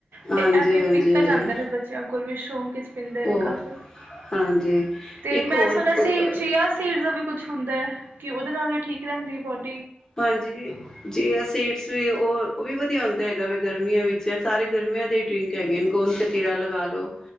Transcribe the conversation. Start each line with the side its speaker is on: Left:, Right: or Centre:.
Left: ਹਾਂਜੀ
Right: ਤੇ ਐਵੇਂ
Left: ਹਾਂਜੀ
Right: ਪੀਤਾ ਜਾਂਦਾ ਹੈ, ਫਿਰ ਬੱਚਿਆਂ ਕੋਲ ਫਿਰ ਸ਼ੌਕ ਪੀਂਦੇ
Left: ਉਹ
Right: ਨੇ ਕਾਫੀ,
Left: ਹਾਂਜੀ
Right: ਤੇ
Left: ਇੱਕ
Right: ਮੈਂ
Left: ਹੋਰ
Right: ਸੁਣਿਆ ਸੀ ਚਿਆ ਸੀਡ ਦਾ ਵੀ ਕੁੱਛ ਹੁੰਦਾ ਹੈ? ਕਿ ਉਹਦੇ ਨਾਲ ਵੀ ਠੀਕ ਰਹਿੰਦੀ ਹੈ, ਬੋਨ
Left: ਹਾਂਜੀ ਚੀਆ ਸੀਡਸ ਤੇ ਉਹ-ਉਹ ਵੀ ਵਧੀਆ ਹੁੰਂਦਾ ਹੈਗਾ ਵ ਗਰਮੀਆਂ ਵਿੱਚ। ਸਾਰੇ ਗਰਮੀਆਂ ਦੇ ਹੀ ਡਿ੍ੰਕ ਹੈਗੇ ਨ ਗੋਂਦ ਕਤੀਰਾ ਲਗਾ ਲੋੋ।